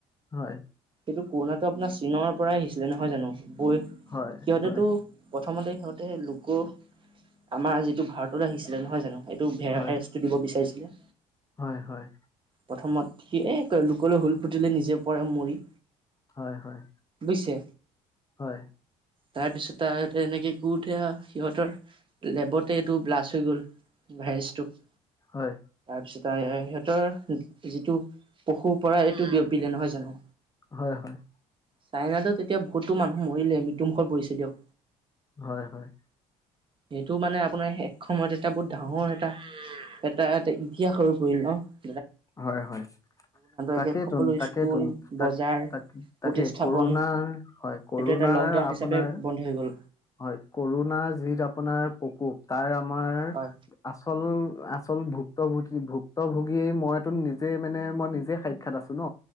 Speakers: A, on the left; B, on the right.
A: হয়।
B: সেইটো কৰোণাটো, আপোনাৰ চীনৰ পৰাই আহিছিলে নহয় জানো? বৈ সিহঁতেতো
A: হয়, হয়, হয়,
B: প্ৰথমতে- সিহঁতে লোকো, আমাৰ যি- ভাৰত আহিছিলে, নহয় জানো। এইটো ভেড়াৰ
A: হয়,
B: হেয়াৰ্ছটো দিব বিচাৰিছিলে।
A: হয়, হয়।
B: প্ৰথমত সি, এ লোকলৈ হুল ফুতিলে, নিজে পৰে মৰি।
A: হয়, হয়।
B: পিছে
A: হয়।
B: তাৰ পিছততে এনেকে, কওঁতে আৰ সিহঁতৰ লেবত। এইটু ব্লাষ্ট হৈ গ'ল। ভাইজ তোক,
A: হয়,
B: তাৰপিছত টা সিহঁতৰ যিটো, পশুৰ পৰা এইটো বিয়পিলে, নহয় জানো।
A: হয়, হয়।
B: চাইনাটো তেতিয়া বহুতো মানুহ মৰিলে মৃত্যুমুখত পৰিছে দিয়ক।
A: হয়, হয়।
B: সেইটো মানে আপ আপোনাৰ শেষ সময়ত, এটা বহুত ডাঙৰ এটা এটা এটা ইতিহাসৰ- <unintelligible>
A: হয়, হয়, তাকেইেতোন,
B: একে সকলো
A: তাকেইেতোন,
B: স্কুল বজাৰ
A: তাক, তাক,
B: প্ৰতিস্থাপন
A: তাকে, কৰোণাৰ হয়, কৰোণাৰ
B: এইটো এটা লকডাউন হিচাপে
A: আপোনাৰ।
B: বন্ধ হৈ গ'ল
A: হয়, কৰুোণা যিটো আপোনাৰ প্ৰকোপ তাৰ আমাৰ
B: হয়।
A: আচল-আচ আচল ভুক্তভোগী, ভুক্তভোগীয়ে, মইতো নিজে মানে, মই নিজে সাক্ষাৎ আছো, ন।